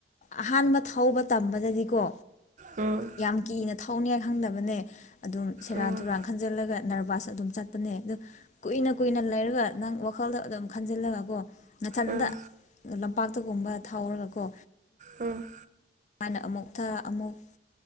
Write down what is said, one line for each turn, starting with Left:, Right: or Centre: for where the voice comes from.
Left: ꯑꯍꯥꯟꯕ ꯊꯧꯕ ꯇꯝꯕꯗꯗꯤꯀꯣ
Right: ꯎꯝ
Left: ꯌꯥꯝ ꯀꯤꯅ ꯊꯧꯅꯤꯅ ꯈꯪꯗꯕꯅꯦ ꯑꯗꯨꯝ ꯁꯦꯔꯥꯟ
Right: ꯎꯝ
Left: ꯇꯨꯔꯥꯟ ꯈꯟꯖꯜꯂꯒ ꯅꯔꯚꯁ ꯑꯗꯨꯝ ꯆꯠꯄꯅꯦ ꯑꯗꯨ ꯀꯨꯏꯅ-ꯀꯨꯏꯅ ꯂꯩꯔꯒ ꯅꯪ ꯋꯥꯈꯜꯗ ꯑꯗꯨꯝ ꯈꯟꯖꯤꯜꯂꯒ ꯀꯣ ꯅꯥꯊꯟꯗ
Right: ꯎꯝ
Left: ꯂꯝꯄꯥꯛꯇꯒꯨꯝꯕ ꯊꯥꯎꯔꯒꯀꯣ
Right: ꯎꯝ
Left: ꯍꯅ ꯑꯃꯨꯛ ꯊ ꯑꯃꯨꯛ